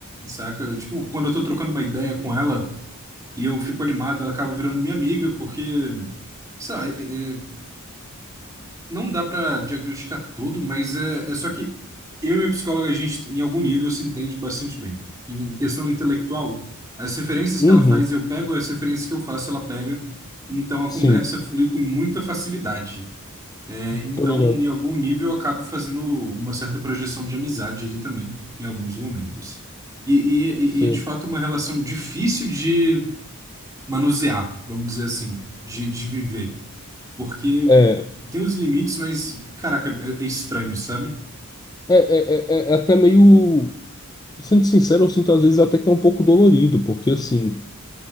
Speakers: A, on the right; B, on the left.
A: saca? Tipo, quando eu tô trocando uma ideia com ela e eu fico animado, ela acaba virando minha amiga, porque, sei lá, é, é, não dá pra diagnosticar tudo, mas é, é só que eu e minha psicóloga, a gente, em algum nível, se entende bastante bem. Em questão intelectual, as referências
B: Uhum,
A: que ela faz, eu pego, as referências que eu faço, ela pega. Então a
B: sim.
A: conversa flui com muita facilidade. É, então,
B: Tô ligado.
A: em algum nível, eu acabo fazendo uma certa projeção de amizade ali também, em alguns momentos. E, e,
B: Sei.
A: e é de fato uma relação difícil de manusear, vamos dizer assim, de, de viver. Porque
B: É, é, é,
A: tem uns limites, mas, caraca, é é estranho, sabe?
B: é, é é até meio. Sendo sincero, eu sinto às vezes até que é um pouco dolorido, porque assim,